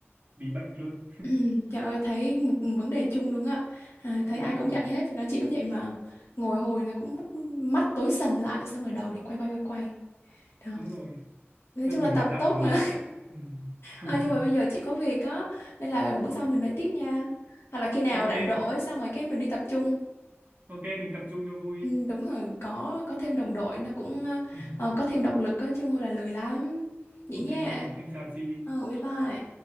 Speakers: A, on the right; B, on the left.
A: bị bệnh luôn
B: Ừm, trời ơi thấy một vấn đề chung luôn á à, thấy
A: đúng
B: ai
A: rồi
B: cũng vậy hết thực ra chị cũng vậy mà ngồi hồi nó cũng mắt, mắt tối sầm lại xong rồi đầu thì quay quay quay quay đó
A: đúng rồi
B: nói
A: thời
B: chung
A: buổi
B: là tập
A: hiện đại
B: tốt
A: mà
B: mà
A: ừ. <laughs>
B: Ờ, nhưng mà bây giờ chị có việc á nên là bữa sau mình nói tiếp nha hoặc là khi nào
A: ok
B: rảnh rỗi xong rồi cái mình đi tập trung
A: ok mình tập trung cho vui
B: ừ, đúng rồi có có thêm đồng đội nó cũng ờ,
A: <laughs>
B: ờ, có thêm động lực á chứ không thôi là lười lắm vậy
A: ok
B: nha
A: em chào chị
B: ờ bye bye